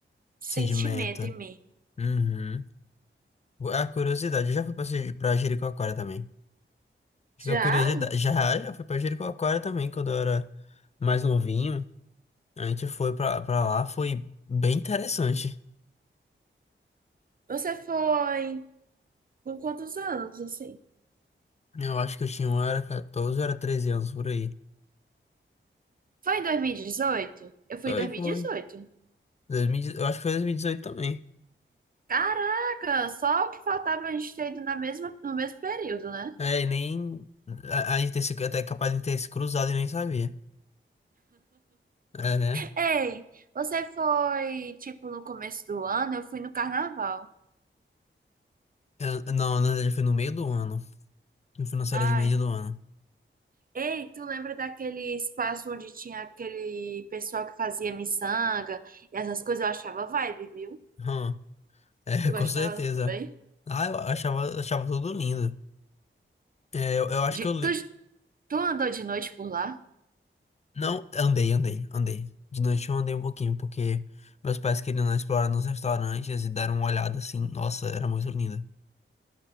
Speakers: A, on the right; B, on the left.
A: sentimento
B: sedimenta.
A: em mim.
B: Uhum. É A curiosidade, eu já fui pra, Se- pra Jericoacoara também. Fica
A: Já?
B: a curiosidade. Já, já fui pra Jericoacoara também, quando eu era mais novinho. A gente foi pra, pra lá, foi bem interessante.
A: Você foi com quantos anos, assim?
B: Eu acho que eu tinha, eu era 14, eu era 13 anos por aí.
A: Foi em 2018. Eu fui
B: Foi,
A: em dois mil
B: foi.
A: e dezoito.
B: 2018 Eu acho que foi 2018 também.
A: Caraca, só o que faltava a gente ter ido na mesma, no mesmo período, né?
B: É, e nem. A, a gente tem se- até capaz de ter se cruzado e nem sabia. É.
A: Ei, você foi, tipo, no começo do ano? Eu fui no carnaval.
B: é, Eu- não, na verdade foi no meio do ano. Eu fui nas férias
A: Ai.
B: de meio do ano.
A: Ei, tu lembra daquele espaço onde tinha aquele pessoal que fazia miçanga e essas coisas? Eu achava vibe, viu?
B: Hum, é,
A: Tu gostava
B: <laughs> com certeza.
A: também?
B: Ah, eu achava, achava tudo lindo. É, eu, eu acho
A: De-
B: que eu. li-
A: tu, tu andou de noite por lá?
B: Não, andei, andei, andei. De noite eu andei um pouquinho, porque meus pais queriam explorar nos restaurantes e deram uma olhada assim. Nossa, era muito lindo.